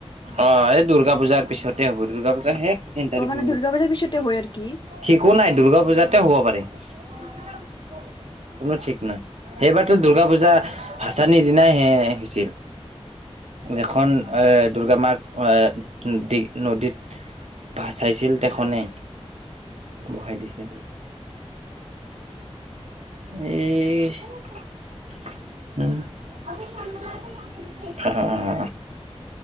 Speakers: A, on the right; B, on the left.
A: অ' এই দুৰ্গা পূজাৰ পিছতে হ'ব দুৰ্গা পূজা শেষ ইণ্টাৰভিউ
B: অ' মানে দুৰ্গা পূজাৰ পিছতে হয় আৰ কি
A: ঠিকো নাই দূৰ্গা পূজাতে হ'ব পাৰে কোনো ঠিক নাই সেইবাৰতো দুৰ্গা পূজা ভচানিৰ দিনাই সে হৈছিল। এখন এ দুূৰ্গা মাক আহ দি নদীত ভচাইছিল তেখনে বহাই দিছিল এই অ <inaudible>